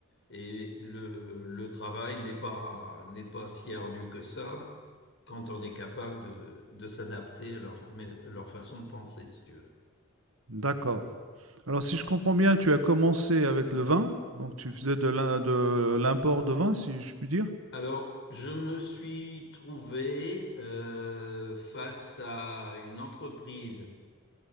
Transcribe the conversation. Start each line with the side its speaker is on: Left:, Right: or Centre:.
Left: Et le, le travail n'est pas, n'est pas si ardu que ça quand on est capable de, de s'adapter à leur, mais- leur façon de penser, si tu veux.
Right: D'accord. Alors, si je comprends bien, tu as commencé avec le vin, donc tu faisais de l'im- de l'import de vin, si je puis dire.
Left: Alors, je me suis trouvé euh, face à une entreprise